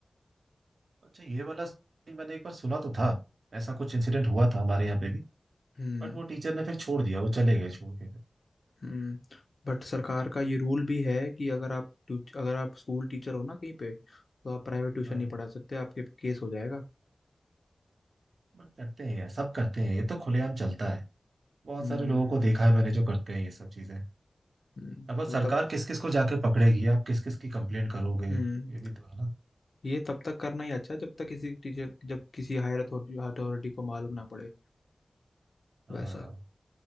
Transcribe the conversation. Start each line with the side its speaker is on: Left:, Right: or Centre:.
Right: अच्छा ये वाला सीन मैंने एक बार सुना तो था ऐसा कुछ इंसिडेंट हुआ था हमारे यहाँ पे भी
Left: हम्म
Right: बट वो टीचर ने फिर छोड़ दिया वो चले गए छोड़ के फिर
Left: हम्म बट सरकार का ये रूल भी है कि अगर आप ट्यूच- अगर आप स्कूल टीचर हो ना कहीं पे तो आप प्राइवेट ट्यूशन
Right: हाँ
Left: नहीं पढ़ा सकते आपके केस हो जाएगा
Right: बट करते हैं यार, सब करते हैं ये तो खुलेआम चलता है बहुत
Left: हम्म
Right: सारे लोगों को देखा है मैंने जो करते हैं ये सब चीजें
Left: हम्म,
Right: अब अब
Left: मतलब
Right: सरकार किस किस को जाके पकड़ेगी आप किस किस की कंप्लेंट करोगे
Left: हम्म
Right: ये भी तो है ना
Left: ये तब तक करना ही अच्छा है जब तक किसी टीचर जब किसी हायर अथॉरिटी अथॉरिटी को मालूम ना पड़े
Right: हाँ
Left: वैसा